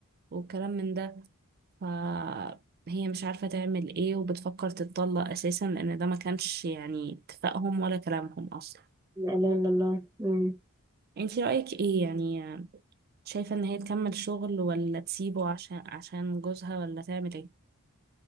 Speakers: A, on the right; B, on the right.
A: وكلام من ده فهي مش عارفة تعمل ايه وبتفكر تتطلق أساسا لأن ده ما كانش يعني اتفاقهم ولا كلامهم أصلا
B: لا اله الا الله مم.
A: انتي رأيك ايه يعني شايفة ان هي تكمل شغل ولا تسيبه عشان عشان جوزها ولا تعمل ايه